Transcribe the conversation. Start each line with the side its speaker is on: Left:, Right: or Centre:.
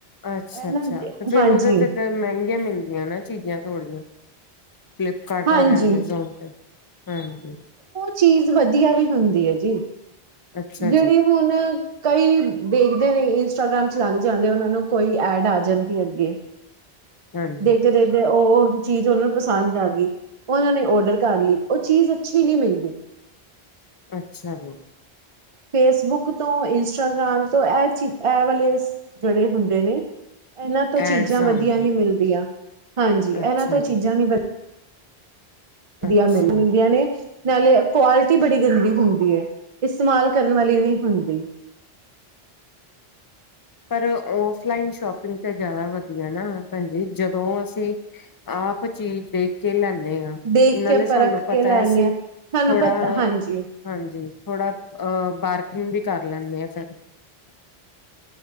Left: ਅੱਛਾ-ਅੱਛਾ
Right: ਇਹਨਾਂ
Left: ਤੇ ਫੇਰ
Right: ਹਾਂਜੀ,
Left: ਉਹਦੇ ਤੇ ਤੇ ਮਹਿੰਗੀਆਂ ਮਿਲਦੀਆਂ ਨਾ ਚੀਜ਼ਾਂ ਥੋੜੀਆਂ। ਫਲਿੱਪਕਾਰਟ
Right: ਹਾਂਜੀ,
Left: ਔਰ ਐਮਾਜ਼ੋਨ ਤੇ ਹਾਂਜੀ
Right: ਚੀਜ਼ ਵਧੀਆ ਵੀ ਹੁੰਦੀ ਹੈ ਜੀ।
Left: ਅੱਛਾ
Right: ਜਿਹੜੀ
Left: ਜੀ
Right: ਹੁਣ ਕਈ ਦੇਖਦੇ ਨੇ ਇਸ ਇੰਸਟਾਗ੍ਰਾਮ ਚਲਾਦੇ ਜਾਂਦੇ ਉਹਨਾਂ ਨੂੰ ਕੋਈ ਐਡ ਆ ਜਾਂਦੀ ਅੱਗੇ
Left: ਹਾਂਜੀ
Right: ਦੇਖਦੇ-ਦੇਖਦੇ ਉਹ। ਚੀਜ਼ ਉਹਨਾਂ ਨੂੰ ਪਸੰਦ ਆ ਗਈ, ਉਹ ਉਹਨਾਂ ਨੇ ਔਡਰ ਕਰ ਲਈ ਉਹ ਚੀਜ਼ ਅੱਛੀ ਨਹੀਂ ਮਿਲਦੀ।
Left: ਅੱਛਾ ਜੀ।
Right: ਫੇਸਬੁੱਕ ਤੋਂ ਇੰਸਟਾਗ੍ਰਾਮ ਤੋਂ ਇਹ ਚ ਇਹ ਵਾਲੇ ਜਿਹੜੇ ਹੁੰਦੇ ਨੇ ਇਹਨਾਂ ਤੋਂ
Left: ਐਡਸ
Right: ਚੀਜ਼ਾਂ
Left: ਆਉਂਦੀਆਂ
Right: ਵਧੀਆ ਨੀ ਮਿਲਦੀਆਂ ਹਾਂਜੀ ਇਹਨਾਂ
Left: ਅੱਛਾ
Right: ਤੋਂ
Left: ਜੀ
Right: ਚੀਜ਼ਾਂ ਨੀ ਵਧੀਆ ਵਧੀਆ
Left: ਅੱਛਾ
Right: ਮਿਲ ਮਿਲਦੀਆਂ ਨੇ ਨਾਲੇ ਕੁਆਲਿਟੀ ਬੜੀ ਗੰਦੀ ਹੁੰਦੀ ਹੈ, ਇਸਤੇਮਾਲ ਕਰਨ ਵਾਲੀ ਨਹੀਂ ਹੁੰਦੀ।
Left: ਪਰ ਔਫਲਾਈਨ ਸ਼ੋਪਿੰਗ ਤਾਂ ਜਿਆਦਾ ਵਧੀਆ ਨਾ ਭੈਜੀ ਜਦੋਂ ਅਸੀਂ ਆਪ ਚੀਜ਼ ਦੇਖ ਕੇ ਲੈਦੇ। ਦੇ ਹਾਂ
Right: ਦੇਖ
Left: ਨਾਲੇ
Right: ਕੇ ਪਰਖ
Left: ਸਾਨੂੰ ਪਤਾ
Right: ਕੇ ਲੈਣੇ
Left: ਅਸੀਂ
Right: ਆ ਸਾਨੂੰ
Left: ਥੋੜਾ
Right: ਪਤਾ ਹਾਂਜੀ
Left: ਹਾਂਜੀ ਥੋੜਾ ਅਹ ਬਾਰਕਿੰਗ ਵੀ ਕਰ ਲੈਂਦੇ ਆ ਫੇਰ